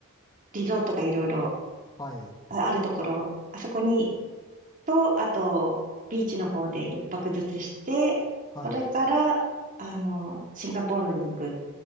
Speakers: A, on the right; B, on the left.
A: リゾートがいろいろ
B: はい。
A: ああるところ、あそこに、と、あと、ビーチの方で一泊ずつして、
B: はい。
A: それから、あの、シンガポールに行く、